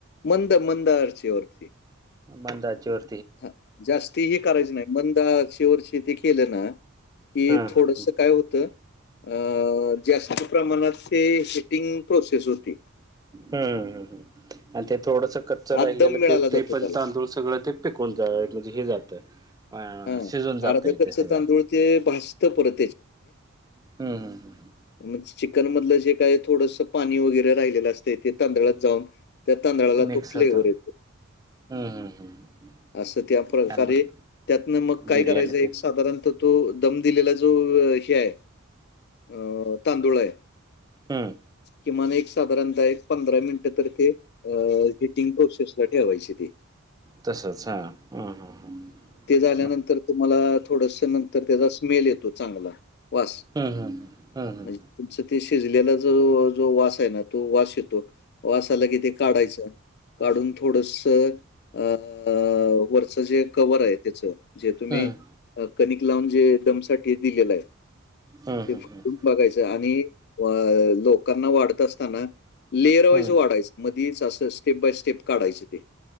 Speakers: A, on the left; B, on the right.
A: मंद, मंद आचेवरती वरची
B: मंदा आचेवर
A: ह जास्ती ह करायच नाही मंदा शे ववरची ते केलं ना. कि
B: हां,
A: थोडस
B: हां, हां.
A: काय होतं अं जास्त प्रमाणात ते हिटिंग प्रोसेस होती.
B: हम् हम आणि ते थोडस कच्च
A: आत
B: राहिलेलं
A: दम मिळाला
B: ते ते
A: जातो
B: पण
A: त्याला.
B: तांदूळ सगळं ते कोण म्हणजे हे जातं. अ
A: हां.
B: शिजून जात
A: अर्ध
B: इथे
A: कच्चं
B: सगळं.
A: तांदूळ ते भाजतं परत
B: हम ह ह
A: म्हणजे चिकन मधलं जे काय थोडंसं पाणी वगैरे राहिलेलं असते ते तांदळात जाऊन. त्या तांदळाला
B: मिक्स
A: तो फ्लेवर
B: होतं.
A: येतो
B: हं, हं, हं.
A: असं त्या प्रकारे
B: आणि मग
A: त्यातन मग काय
B: बिर्याणी
A: करायचं एक
B: ते
A: साधारणत तो दम दिलेला जो हे आहे. अं तांदुळ आहे.
B: हं.
A: किमान एक साधारणतः एक पंधरा मिनिटं तर ते हीटिंग प्रोसेस ला ठेवायचे ते.
B: तसंच हां ह हां ह
A: नंतर तुम्हाला थोड नंतर त्याचा स्मेल येतो चांगला वास.
B: हा हा हा हा हा
A: तुमच ते शिजलेला ज जो वास आहे ना तो वास येतो. वसाला कि ते काढायचं काढून थोडस अ वर जे कवर आहे त्याच जे तुम्ही
B: हं.
A: कणिक लावून जे दमसाठी दिलेलं आहे. ते
B: हं, हं,
A: फटून
B: हं.
A: बघायचं आणि अ लोकांना वाढत असताना लेअरवाईज
B: हं.
A: वाढायच मध्येच असं स्टेप बाय स्टेप काढायचे ते